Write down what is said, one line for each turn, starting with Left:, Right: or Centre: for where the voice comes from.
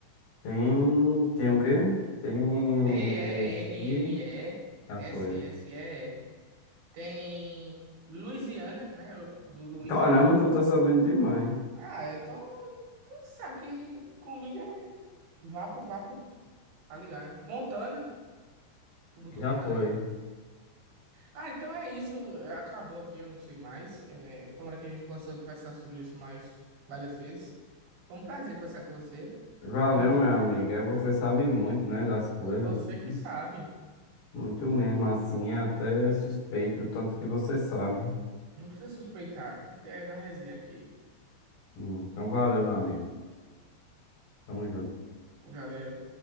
Left: tem. Tem o quê? Tem nesse.
Right: T-E-N-N-E-S-S-E-E.
Left: Já foi.
Right: Tem Louisiana, né? Eu- Do Louisiana.
Left: Caramba, tu tá sabendo demais.
Right: Ah, eu tô. Sabe que comigo é vapo, vapo, tá ligado, né? Montana. Tu botou
Left: Já
Right: Montana
Left: foi.
Right: aí? Ah, então é isso. Acabou aqui, eu não sei mais. É, tomara que a gente possa conversar sobre isso mais várias vezes. Foi um prazer conversar com você.
Left: Valeu,
Right: Tamo junto
Left: meu amigo.
Right: aí.
Left: É, Você sabe muito, né, das coisas.
Right: Você
Left: Muito,
Right: que sabe.
Left: muito mesmo, assim. É até suspeito o tanto que você sabe.
Right: Não precisa suspeitar. A gente é na resenha aqui.
Left: Hum, Então, valeu, meu amigo. Tamo junto.
Right: Galera.